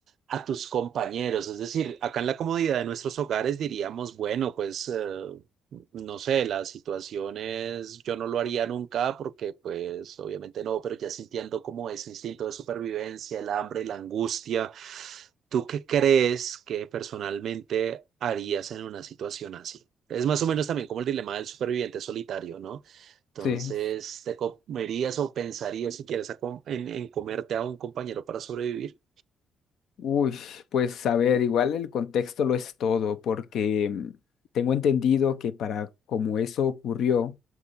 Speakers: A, on the right (about 65°); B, on the left (about 75°).
A: a tus compañeros. Es decir, acá en la comodidad de nuestros hogares diríamos, bueno, pues... eh, no sé, las situaciones yo no lo haría nunca porque pues obviamente no, pero ya sintiendo como ese instinto de supervivencia, el hambre, la angustia, ¿tú qué crees que personalmente harías en una situación así? Es más o menos también como el dilema del superviviente solitario, ¿no? Entonces,
B: sí.
A: ¿te comerías o pensarías si quieres a com- en, en comerte a un compañero para sobrevivir?
B: Uy, pues a ver, igual el contexto lo es todo, porque mm, tengo entendido que para como eso ocurrió,